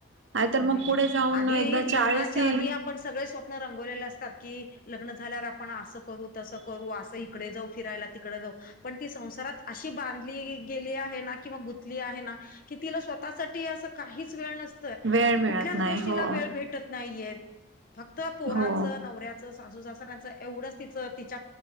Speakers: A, on the right; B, on the left.
A: नाहीतर
B: नाही
A: मग पुढे
B: नाही
A: जाऊन
B: आधी
A: एकदा चाळीसही
B: लग्नाच्या आधी आपण सगळे स्वप ''--'' रंगवलेलं असतात की लग्न झाल्यावर आपण असं करू तसं करू असं इकडे जाऊ फिरायला तिकडे जाऊ. पण ती संसारात अशी बांधली गेली आहे ना किंवा गुंतली आहे ना. कि तिला स्वतःसाठी असं काहीच वेळ नसत. तर
A: वेळ मिळत
B: कुठल्याच
A: नाही
B: गोष्टीला
A: हो.
B: वेळ भेटत नाहीयेत फक्त पोरांच
A: हो,
B: नवऱ्याच. चं सासू सासऱ्याचं येवडंच तीच तीच्या